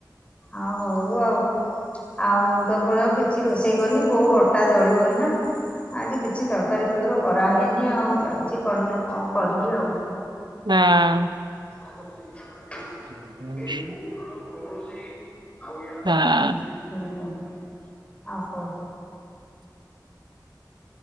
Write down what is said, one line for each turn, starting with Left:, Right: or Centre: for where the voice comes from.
Left: ଆଉ ହଉ ଆଉ ଆଉ ମୁଁ ତ ଏପଜନ କିଛି ରୋଷେଇ କରିନି ବୋଉ ଅଟା ଦଳିବ ଏଇନା ଆଜି କିଛି ତରକାରୀ ପତ୍ର କରାହେଇନି ଆଉ ଯାଉଛି କନ କଣ କରିବି ଆଉ
Right: ହଁ
Left: <unintelligible>
Right: <inaudible>
Left: <unintelligible> କୌଣସି <unintelligible>
Right: ହଁ
Left: ଆ ହୋଉ